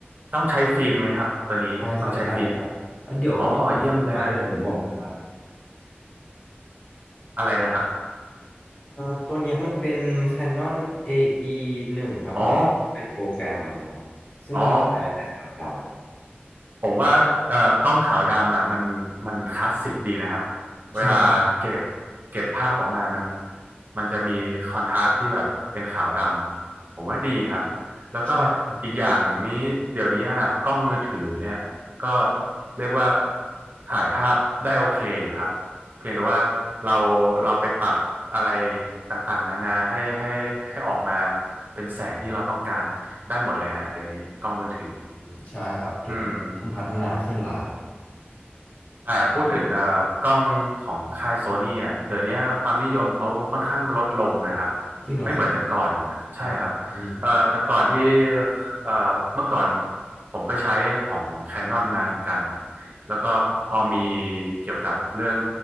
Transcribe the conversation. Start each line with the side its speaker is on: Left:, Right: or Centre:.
Right: ต้องใช้ฟิล์มไหมครับตัวนี้ต้องใช้ฟิล์ม
Left: ใช่ครับใช่ครับงั้นเดี๋ยวเดี๋ยวมาแล้วเดี๋ยวผมบอกนะครับ
Right: อ๋อเยี่ยมเลยฮะอะไรนะครับ
Left: อ่าตัวเนี้ยมันเป็น Canon AE หนึ่งครับผมเป็นโปรแกรมอะไรครับซึ่งมันจะถ่ายได้แค่ขาวดำครับ
Right: อ๋ออ๋อ ผมว่าเอ่อกล้องขาวดำอ่ะมันมันคลาสสิกดีนะครับ
Left: ใช่ครับ
Right: เวลาเก็บเก็บภาพออกมามันมันจะมีคอนทราสต์ที่แบบเป็นขาวดำผมว่าดีครับแล้วก็อีกอย่างนี้เดี๋ยวนี้กล้องมือถือเนี่ยก็
Left: ใช่
Right: เรียกว่าถ่ายภาพได้โอเคอยู่ครับเพียงแต่ว่าเราเราไปปรับอะไรต่างๆนานาให้ให้ให้ออกมาเป็นแสงที่เราต้องการได้หมดเลยฮะเดี๋ยวนี้กล้องมือถือ
Left: อืมใช่ครับเดี๋ยวนี้เริ่มพัฒนาขึ้นละ
Right: อืม อ่าพูดถึงเอ่อกล้องของค่ายโซนี่อ่ะเดี๋ยวนี้ความนิยมเขาค่อนข้างลดลงนะครับ
Left: จริงเหรอครับ
Right: ไม่เหมือนแต่ก่อนใช่ครับเอ่อแต่ก่อนที่
Left: อืมอืม
Right: เอ่อเมื่อก่อนผมก็ใช้ของแค n น n นมาเหมือนกันแล้วก็พอมีเกี่ยวกับเรื่อง